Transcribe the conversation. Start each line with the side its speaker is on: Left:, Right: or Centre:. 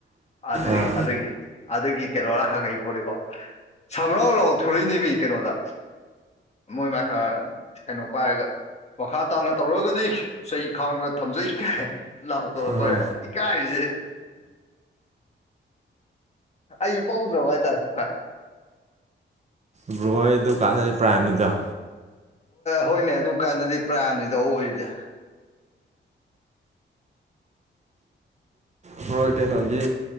Left: ꯑꯗꯨꯏ
Right: ꯑꯥ
Left: ꯑꯗꯨꯒꯤ ꯑꯗꯨꯒꯤ ꯀꯩꯅꯣꯔ ꯍꯪꯉꯛꯏ ꯄꫭꯠꯅꯤꯀꯣ ꯄꯨꯂꯥꯎ ꯂꯥꯎꯊꯣꯔꯛꯏꯅꯦ ꯃꯤ ꯀꯩꯅꯣꯗ ꯃꯣꯏ ꯃꯥꯏꯀ꯭ꯔ ꯀꯩꯅꯣ ꯄꯥꯏꯔꯒ ꯃꯈꯥ ꯇꯥꯅ ꯇꯧꯔꯛꯑꯒꯗꯤ ꯆꯩ ꯈꯥꯡꯒ ꯊꯝꯖꯩ ꯂꯥꯎꯊꫭꯔꯛ
Right: ꯑꯍꯣ
Left: ꯄꯩꯔꯥ ꯏꯀꯥꯏꯕꯁꯤꯗꯤ ꯑꯩꯖꯨ ꯄꯛꯎꯗ꯭ꯔꯕ ꯍꯥꯏ ꯇꯥꯔꯦ ꯈꯔ
Right: ꯕ꯭ꯔꯣ ꯍꯣꯏ ꯑꯗꯨ ꯀꯥꯟꯗꯗꯤ ꯄ꯭ꯔꯥꯏꯝꯅꯤꯗꫭ
Left: ꯍꯣꯏꯅꯦ ꯑꯗꯨ ꯀꯥꯟꯗꯗꯤ ꯄ꯭ꯔꯥꯏꯝꯅꯤꯗꫭ ꯑꯣꯏꯔꯤꯁꯦ
Right: ꯕ꯭ꯔꫭ ꯀꯩꯅꯣꯒꯤ